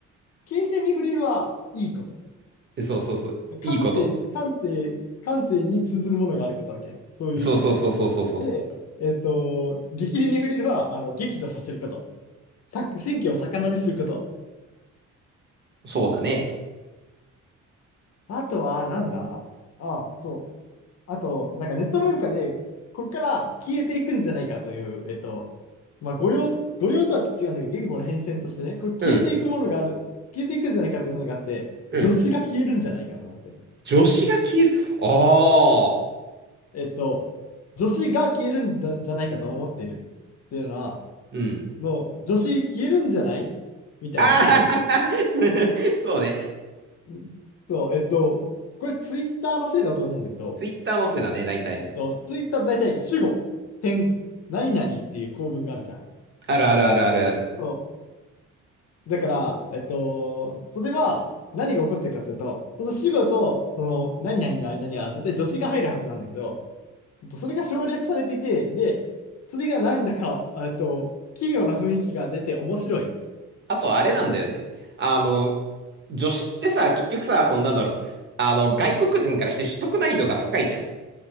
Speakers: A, on the left; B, on the right.
A: 金銭に触れるはいいこと。
B: そうそうそう、
A: 感性、
B: いいこと。
A: 感性、感性に通ずるものがあることみたいな。そういう意味だよね。
B: そうそうそうそうそうそうそう。
A: で、えっと、激励に触れるは、あの、激怒させること。さ、神経を逆なですること。
B: そうだね。
A: あとは、なんだ。あ、そう。あと、なんかネット文化で、ここから消えていくんじゃないかという、えっと、まあ、誤用、誤用とは違うんだけど、言語の変遷としてね、これ消えていくものがある、
B: うん、
A: 消えていくんじゃないかというものがあって、
B: うん。
A: 助詞が消えるんじゃないかと思ってる。
B: 女子が消える。ああ、
A: えっと、助詞が消えるんだじゃないかと思ってるっていうのは、
B: うん。
A: の、助詞消えるんじゃないみたいに使うことが。
B: ああ <laughs> そうね。
A: うんと、えっと、これツイッターのせいだと思うんだけど、
B: ツイッターのせいだね、大体。
A: えっと、ツイッター大体主語、点、何々っていう構文があるじゃん。
B: あるあるあるあるある。
A: そうだから、えっと、それは何が起こってるかというと、その死後とその何々の間には絶対助詞が入るはずなんだけど、えっとそれが省略されていて、で、それがなんだか、えっと、奇妙な雰囲気が出て面白い。
B: あと、あれなんだよね。あの、女子ってさ、結局さ、そのなんだろう。あの、外国人からして取得難易度が高いじゃん。